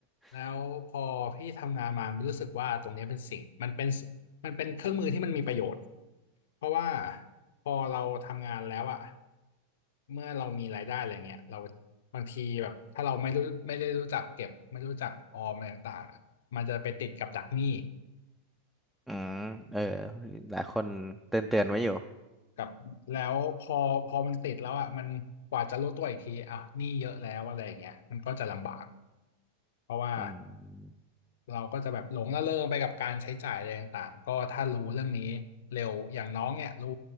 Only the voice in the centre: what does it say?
<laughs>
อืมเออหลายคนเตือนเตือนไว้อยู่
อืม